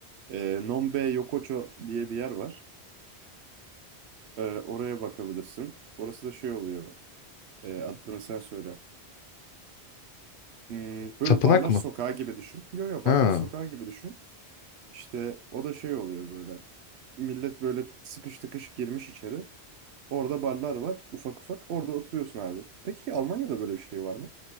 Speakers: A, on the right (about 80°); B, on the left (about 60°).
A: E, Nonbe Yokocho diye bir yer var. E, oraya bakabilirsin. Orası da şey oluyor. E, adını sen söyle. Hmm, böyle
B: Tapınak
A: barlar
B: mı?
A: sokağı gibi düşün. Yo yo barlar
B: Ha,
A: sokağı gibi düşün. İşte o da şey oluyor böyle. Millet böyle sıkış tıkış girmiş içeri. Orada barlar var ufak ufak. Orada oturuyorsun abi. Peki Almanya'da böyle bir şey var mı?